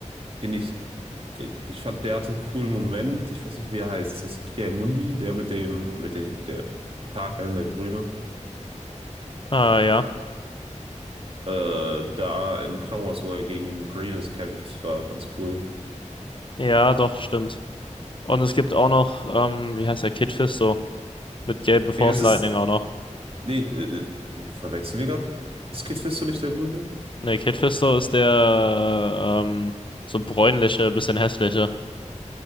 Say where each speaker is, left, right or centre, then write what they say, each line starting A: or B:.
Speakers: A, on the right (about 45°); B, on the left (about 40°).
A: den ich Äh, ich fand, der hatte einen coolen Moment. Ich weiß nicht, wie er heißt. Ist das Kiai-Mundi? Der mit dem, mit den, der Takeln, der Brüne.
B: ah, ja.
A: Äh, da in Clone Wars, wo er gegen Grievous kämpft, war ganz cool.
B: Ja, doch, stimmt. Und es gibt auch noch, ähm, wie heißt der, Kid Fisto mit gelben Force
A: Nee, das
B: Lightning
A: ist.
B: auch noch.
A: Nee, äh, äh, nee verwechseln wir gerade. Ist Kid Fisto nicht der Grüne?
B: Ne, Kid Fisto ist der ähm, so bräunliche, bisschen hässliche.